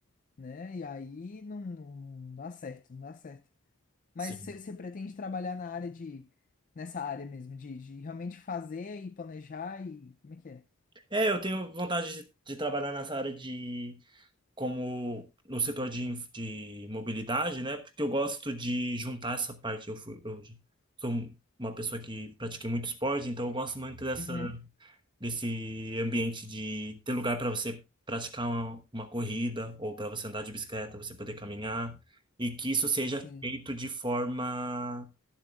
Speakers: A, on the left; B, on the right.
A: né? E aí não, não- não dá certo, não dá certo. Mas
B: sim.
A: você você pretende trabalhar na área de, nessa área mesmo, de, de realmente fazer e planejar e como é que é?
B: É, eu tenho vontade de, de trabalhar nessa área de como no setor de, inf- de mobilidade, né? Porque eu gosto de juntar essa parte. Eu, fui, eu sou uma pessoa que pratiquei muito esporte, então eu gosto muito dessa,
A: Uhum,
B: desse ambiente de ter lugar para você praticar uma, uma corrida ou para você andar de bicicleta, você poder caminhar, e que isso seja
A: sim,
B: feito de forma